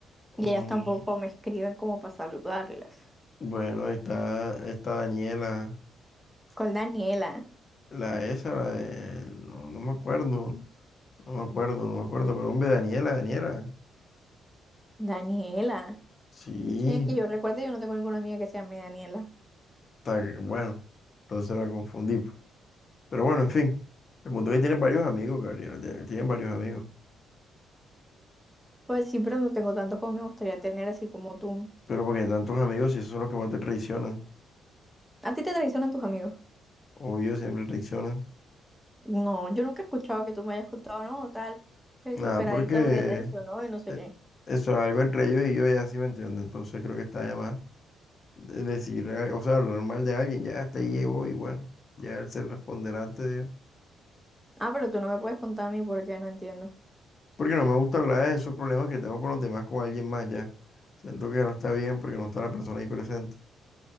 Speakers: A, in the centre; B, on the left (about 45°).
A: Y
B: Ujú.
A: ellas tampoco me escriben como para saludarlas.
B: Bueno, está, está Daniela,
A: Con Daniela.
B: la esa, la de- no, no me acuerdo, no me acuerdo, no me acuerdo, pero hombre, Daniela, Daniela,
A: Daniela.
B: sí.
A: Esto es que yo recuerdo, yo no tengo ninguna amiga que se llame Daniela.
B: Está que- bueno, entonces la confundí. po. Pero bueno, en fin. El punto es que tiene varios amigos, Gabriel. ya- Tiene varios amigos.
A: Pues sí, pero no tengo tantos como me gustaría tener, así como tú.
B: Pero porque tantos amigos, si esos son los que más te traicionan.
A: ¿A ti te traicionan tus amigos?
B: Obvio, siempre traicionan.
A: No, yo nunca he escuchado que tú me hayas contado, no, tal, pues,
B: Nada,
A: esperadito
B: porque
A: me traicionó y no sé
B: eh,
A: qué.
B: eso es algo entre ellos y yo ya sí me entiendo. Entonces creo que está de más de- decir, eh, o sea, hablar mal de alguien. Ya hasta ahí llegó y bueno, ya él se responderá ante Dios.
A: Ah, pero tú no me puedes contar a mí por qué, no entiendo.
B: Porque no me gusta hablar de esos problemas que tengo con los demás, con alguien más ya. Siento que no está bien porque no está la persona ahí presente.